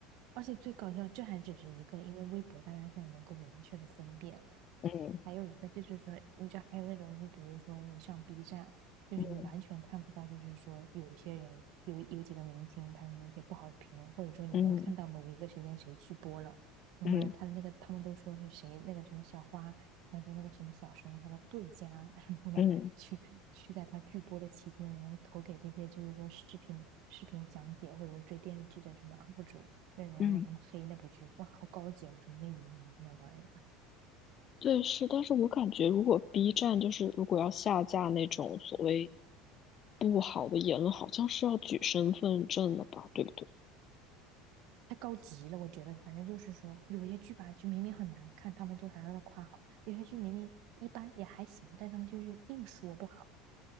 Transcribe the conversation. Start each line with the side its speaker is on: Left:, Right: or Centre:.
Right: 而且最搞笑，这还只是一个，因为微博大家现在能够明确的分辨，
Left: 嗯
Right: 还有一个就是说，你知道还有那种，就比如说你上 B 站，就是你完全看不到，
Left: 嗯
Right: 就是说有些人有有几个明星他的那些不好的评论，或者说你能看到某一个时间谁去播了，
Left: 嗯
Right: 然后呢，
Left: 嗯
Right: 他的那个他们都说是谁那个什么小花，还说那个什么小生他的对家，<laughs> 然后呢去去在他剧播的期间，
Left: 嗯。
Right: 然后投给这些就是说视频视频讲解或者说追电视剧的什么 UP 主，让然后让他们黑那部剧，
Left: 嗯，
Right: 哇，好高级啊！我说那你你在那玩儿的。
Left: 对，是，但是我感觉如果 B 站就是如果要下架那种所谓不好的言论，好像是要举身份证的吧，对不对？
Right: 太高级了，我觉得，反正就是说，有些剧吧，就明明很难看，他们就还让要夸好；有些剧明明一般也还行，但他们就是硬说不好，